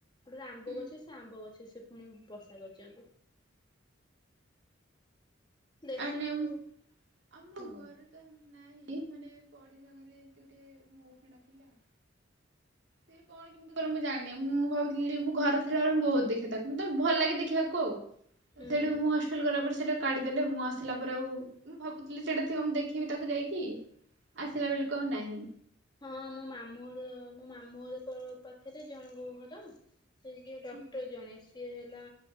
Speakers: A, on the left; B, on the right.
A: ଗୋଟେ ଆମ୍ବ
B: ହୁଁ
A: ଗଛ ସେ ଆମ୍ବ ଗଛରେ ସେ ପୁଣି ବସା କରିଛନ୍ତି। ଦେଶୀ
B: ଆ ନେଉ
A: ମହୁ
B: ଆମ
A: ଭଲ
B: ଘରେ ନାଇଁ ମାନେ ପଡିସା ଘରେ ଏମତି ଗୋଟେ ମହୁଫେଣା ଥିଲା। ସେ କଣ କି କି କଣ ମୁଁ ଜାଣିନି ମୁଁ ଭାବୁଥିଲି ମୁଁ ଘର ଥିଲାବେଳେ ବହୁତ ଦେଖି ତାକୁ ମତେ ଭଲ ଲାଗେ ଦେଖିବାକୁ ଆଉ। ସେ
A: ହୁଁ।
B: ସେଠୁ ମୁଁ ହଷ୍ ଗଲା ପରେ ସେଇଟା କାଢିଦେଲେ ମୁଁ ଆସିଲା ପରେ ଆଉ ମୁଁ ଭାବୁଥିଲି ସେଟା ଥିବ ମୁଁ ଦେଖିବି ତାକୁ ଯାଇକି। ଆସିଲା ବେଳକୁ ଆଉ ନାଇଁ।
A: ହଁ ମୋ ମାମୁଁ ଘର ମୋ ମାମୁଁ ତ ଘର ପାଖରେ ଜଣଙ୍କ ଘର। ସେଇ ଯିଏ ଡକ୍ଟର
B: ହୁଁ।
A: ଜଣେ ସିଏ ହେଲା